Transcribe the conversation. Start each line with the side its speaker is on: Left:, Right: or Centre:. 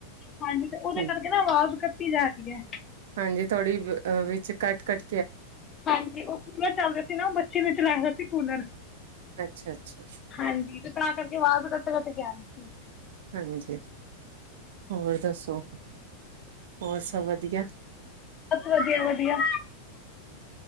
Left: ਹਾਂਜੀ ਤੇ ਔਦੇ
Right: ਠੀਕ
Left: ਕਰਕੇ ਨਾ ਆਵਾਜ਼ ਕਟ ਕਟੀ ਜਾ ਰਹੀ ਹੈ
Right: ਹਾਂਜੀ ਥੋੜੀ ਵ ਅ ਵਿੱਚ ਕੱਟ ਕੱਟ
Left: ਹਾਂਜੀ ਔਹ ਕੂਲਰ ਚੱਲ ਰਿਆ ਸੀ ਨਾ ਔਹ ਬੱਚੇ ਨੇ ਚਲਾਇਆ ਸੀ। ਕੂਲਰ।
Right: ਅੱਛਾ-ਅੱਛਾ
Left: ਹਾਂਜੀ, ਤੇ ਤਾਂ ਕਰਕੇ ਅਵਾਜ਼ ਕਟ ਕਟ ਕੇ ਆਰੀ ਸੀ।
Right: ਹਾਂਜੀ ਹੋਰ ਦੱਸੋ? ਹੋਰ ਸਭ ਵਧੀਆ?
Left: ਬਸ ਵਧੀਆ ਵਧੀਆ।